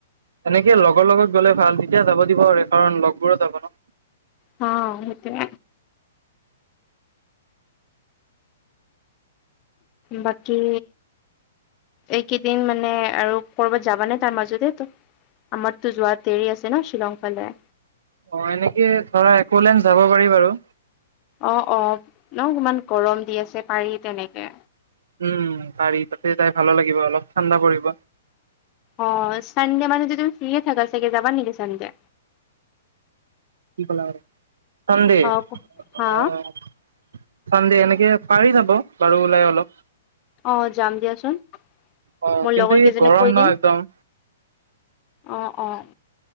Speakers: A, on the right; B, on the left.
A: এনেকে লগৰ লগত গ'লে ভাল তেতিয়া যাব দিব আৰু কাৰণ লগবোৰো যাব ন।
B: অ, ' সেই বাকী এইকেইদিন মানে আৰু কৰ'বাত যাবা নে তাৰ মাজতে? আমাৰতো যোৱাদেৰি আছে ন শ্বিলং ফালে
A: অ, ' এনেকে ধৰা একোলেন্ড যাব পাৰি বাৰু
B: অ, ' অ, ' ন, ইমান গৰম দি আছে পাৰি তেনেকে
A: উম, পাৰ়ি তাতে যায় ভালো লাগিব অলপ ঠাণ্ডা পৰিব
B: অ, ' চানডে মানে যদি তুমি ফ্ৰিয়ে থাকা চাগে যাবা নেকি চানডে?
A: কি ক সধে
B: অ
A: আহ
B: হা
A: <unintelligible> চানডে এনেকে পাৰি যাব বাৰু ওলাই অলপ।
B: অ যাম দিয়াচোন
A: অ, '
B: মোৰ
A: কিন্তু
B: লগৰ কেইজনীক
A: এই গৰম
B: কৈ দিম
A: ন একদম
B: অ, ' অ, '